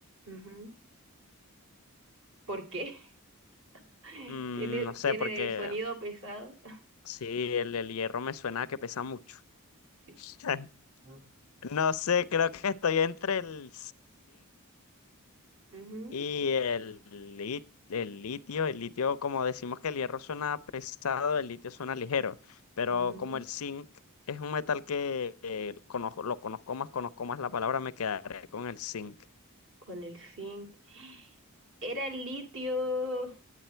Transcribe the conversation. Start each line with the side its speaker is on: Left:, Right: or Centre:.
Right: Ujú. ¿Por qué? <laughs>
Left: Mm,
Right: ¿Tiene,
Left: no sé,
Right: tiene
Left: porque
Right: sonido pesado?
Left: sí, el, el hierro me suena a que pesa mucho.
Right: <laughs>
Left: <laughs>
Right: Ah.
Left: No sé, creo que estoy entre el
Right: Ujú,
Left: Y el, li- el litio, el litio, como decimos que el hierro suena pesado, el litio suena ligero, pero
Right: ujú.
Left: como el zinc es un metal que eh, conozco, lo conozco más, conozco más la palabra, me quedaré con el zinc,
Right: Con el zinc. Era el litio,